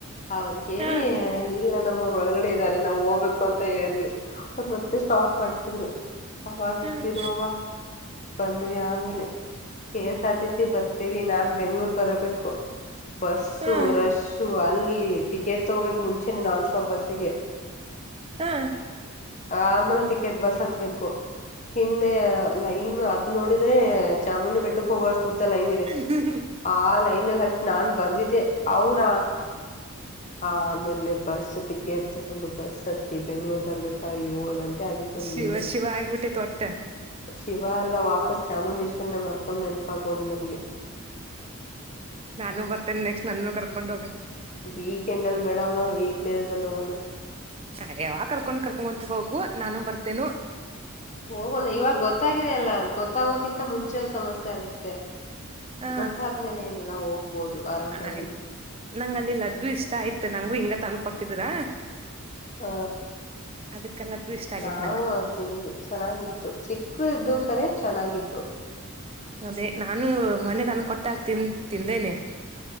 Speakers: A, on the left; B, on the right.
A: ಅವ್ರರು ಹೇಳಿ
B: ಹ್ಮ್
A: ಇಲ್ಲ ನಮ್ಮವರು ಒಳಗಡೆ ಇದ್ದಾರೆ ನಾವು ಹೋಗ್ಬೇಕು. ಅಂತ ಹೇಳ್ವಿ ಅವರು ಮತ್ತೆ ಸ್ಟಾಪ್ ಮಾಡ್ಸಿದ್ರು ಅವಾಗ
B: ಹ್ಮ್
A: ಹತ್ತಿದ್
B: ಹ್ಮ್
A: ಅವ. ಬಂದ್ವಿ ಆಮೇಲೆ. K S R T C ಬರ್ತೇವಿ ನಾನ್ ಬೆಂಗ್ಳೂರ್ ಬರಬೇಕು ಬಸ್ಸು
B: ಹ್ಮ್
A: ರಶ್. ಸು ಅಲ್ಲಿ ಟಿಕೆಟ್ ತಗೋಬೇಕು ಮುಂಚೆನೆ ನಾನ್ ಸ್ಟಾಪ್ ಬಸ್ಸಿಗೆ.
B: ಹಾ
A: ಆಮೇಲೆ ಟಿಕೆಟ್ ಬಸ್ ಹತ್ಬೇಕು ಹಿಂದೆ ಲೈನು ಅ. ನೋಡಿದ್ರೆ ಚಾಮುಂಡಿ ಬೆಟ್ಟಕ್ಕೆ ಹೋಗುವಷ್ಟು ಉದ್ದ ಲೈನ್ ಇದೆ.
B: ಹ್ಮ ಹಾ.
A: ಆ ಲೈನ್ಲ್ಲಿ ಹಚ್ಚ ನಾನ್ ಬಂದಿದ್ದೆ ಅವರ. ಹ ಆಮೇಲೆ ಬಸ್ ಟಿಕೆಟ್ ತಕೊಂಡು ಬಸ್ ಹತ್ತಿ ಬೆಂಗ್ಳೂರ್ ಬರ್ಬೇಕಾದ್ರ ಏಳು ಗಂಟೆ. ಆಗಿತ್ ನಮಗೆ
B: ಶಿವ
A: ನಿನ್ನೆ
B: ಶಿವ ಆಗ್ಬಿಟ್ಟೈತ್ ಒಟ್ಟ
A: ಶಿವ ಎಲ್ಲ ವಾಪಸ್ ಚಾಮುಂಡೇಶ್ವರ್ ನ್ನ ಮತ್ತೊಮ್ಮ್ ನೆನಪಾಗೋಲ್ ನನಗೆ.
B: ನಾನು ಬರ್ತೇನಿ ನೆಕ್ಸ್ಟ್ ನನ್ನೂ ಕರ್ಕೊಂಡ ಹೋಗ.
A: ವೀಕ ಎಂಡಲ್ಲಿ ಮೆಂಡಮ್ ವೀಕಡೇರೆದಲೋನ್
B: ಹ ಯಾವ ಕರ್ಕೊಂಡ್ ಕರ್ಕೊಂಡ್ಂತ ಹೋಗು ನಾನು ಬರ್ತೇನು.
A: ಹೋಗೋಣ ಇವಾಗ ಗೊತ್ತಾಗಿದ ಅಲ್ಲ ಗೊತ್ತಾಗೋಕಿಂತ ಮುಂಚೆ ಸಮಸ್ಯೆ ಆಗತ್ತೆ.
B: ಹ
A: ಗೊತ್ತಾದ್ಮೇಲೆ ಏನೆಲ್ಲಾ ಹೋಗ್ಬೋದು. ಆರಾಮಾಗಿ
B: ಆಯ್ತ್ ನಂಗ ಅಲ್ಲಿ ಲಡ್ಡು ಇಷ್ಟ ಆಯ್ತ ನಂಗು ಹಿಂಗ ತಂದ ಕೊಟ್ಟಿದೀರ.
A: ಹಾ
B: ಅದಕ್ಕೆ ಲಡ್ಡು ಇಷ್ಟ. ಆಗೇತ್
A: ನಾವು
B: ನಂಗ
A: ತಿಂದ್ವಿ ಚೆನ್ನಾಗಿತ್ತು ಚಿಕ್ಕವ್ ಇದ್ದು
B: ಹ
A: ಕರೆ. ಚೆನ್ನಾಗಿತ್ತು.
B: ಅದೇ ನಾನು ಮೊನ್ನೇ ತಂದ ಕೊಟ್ಟಾಕ ತಿನ್ ತಿಂದೇನೆ